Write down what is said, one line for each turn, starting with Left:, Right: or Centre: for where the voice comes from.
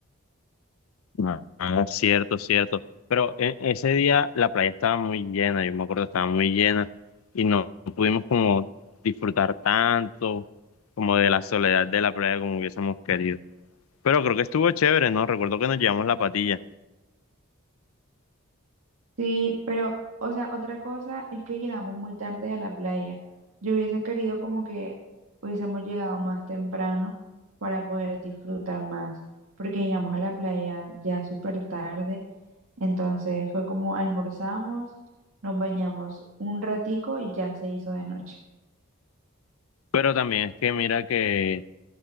Left: Ah, Ah, cierto, cierto. Pero e- ese día la playa estaba muy llena, yo me acuerdo, estaba muy llena y no pudimos como disfrutar tanto como de la soledad de la playa como hubiésemos querido. Pero creo que estuvo chévere, ¿no? Recuerdo que nos llevamos la patilla.
Right: Sí, pero, o sea, otra cosa es que llegamos muy tarde a la playa. Yo hubiese querido como que hubiésemos llegado más temprano para poder disfrutar más, porque llegamos a la playa ya súper tarde, entonces fue como almorzamos, nos bañamos un ratico y ya se hizo de noche.
Left: Pero también es que mira que